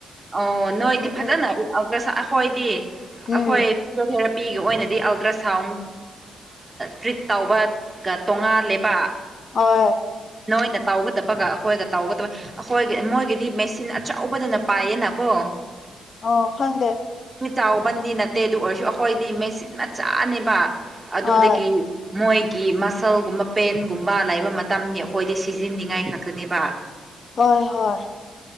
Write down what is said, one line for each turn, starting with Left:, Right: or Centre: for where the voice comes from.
Right: ꯑꯣ ꯅ ꯏꯗꯤ
Left: ꯎꯝ
Right: ꯐꯖꯅ
Left: ꯎꯝ
Right: ꯑꯩꯈꯣꯏꯗꯤ
Left: ꯎꯝ
Right: ꯑꯩꯈꯣꯏ ꯐꯤꯦ ꯅꯨꯄꯤꯒ ꯑꯣꯏꯅꯗꯤ ꯑꯜꯇ꯭ꯔ ꯁꯥꯎꯟ ꯇ꯭ꯔꯤꯠ ꯇꯧꯕ ꯇꯣꯉꯥꯂꯦꯕ
Left: ꯍꯣꯏ
Right: ꯅꯣꯏꯅ ꯇꯧꯒꯗꯕꯒ ꯑꯩꯈꯣꯏꯒ ꯇꯧꯒꯗꯕ ꯑꯩꯈꯣꯏ ꯃꯣꯏꯒꯤꯗꯤ ꯃꯦꯆꯤꯟ ꯑꯆꯧꯕꯗꯨꯅ ꯄꯥꯏꯌꯦꯅꯀꯣ ꯑ
Left: ꯑꯣ ꯍꯪꯗꯦ
Right: ꯆꯥꯎꯕꯟꯗꯤ ꯅꯠꯇꯦ ꯑꯗꯨ ꯑꯣꯏꯔꯁꯨ ꯑꯩꯈꯣꯏꯗꯤ ꯃꯦꯆꯤꯟ ꯃ ꯆꯥꯅꯦꯕ ꯑꯗꯨꯗꯒꯤ
Left: ꯍꯣꯏ
Right: ꯃꯣꯏꯒꯤ ꯃꯁꯜꯒꯨꯝꯕ ꯄꯦꯟꯒꯨꯝꯕ ꯂꯩꯕ ꯃꯇꯝꯅꯤ ꯑꯩꯈꯣꯏꯗꯤ ꯁꯤꯖꯤꯟꯅꯅꯤꯡꯉꯥꯏ ꯈꯥꯛꯇꯅꯦꯕ
Left: ꯍꯣꯏ ꯍꯣꯏ